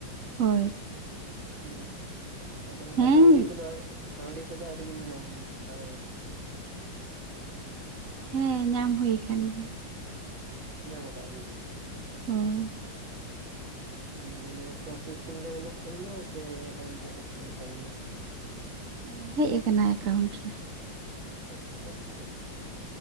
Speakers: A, on the right; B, on the right.
A: ᱦᱳᱭ ᱾
B: ᱦᱩᱸ ᱟᱫᱚ ᱚᱱᱠᱟ
A: ᱦᱮᱸ
B: ᱠᱟᱹᱣᱰᱤ ᱠᱚᱫᱚ ᱠᱟᱹᱣᱰᱤ ᱠᱚᱫᱚ ᱟᱹᱣᱨᱤ ᱵᱤᱱ ᱧᱟᱢ ᱵᱟᱲᱟᱭᱟ᱾
A: ᱦᱮᱸ ᱧᱟᱢ ᱦᱩᱭᱩ ᱠᱟᱱ ᱜᱮᱭᱟ᱾
B: ᱧᱟᱢ ᱠᱟᱜ-ᱟ ᱵᱤᱧ?
A: ᱦᱳᱭ ᱾
B: ᱢᱟᱱᱮ ᱯᱨᱚᱥᱮᱥᱤᱝ ᱨᱮ ᱢᱮᱱᱟᱜ ᱛᱟᱵᱤᱱᱟ ᱥᱮ ᱮᱠᱟᱣᱩᱱᱴ ᱨᱮ ᱦᱮᱡ ᱟᱠᱟᱱ ᱛᱟᱵᱤᱱᱟ?
A: ᱚ ᱦᱮᱡ ᱟᱠᱟᱱᱟ ᱮᱠᱟᱣᱩᱱᱴ ᱨᱮ ᱾
B: ᱟᱪᱪᱷᱟ ᱟᱪᱪᱷᱟ,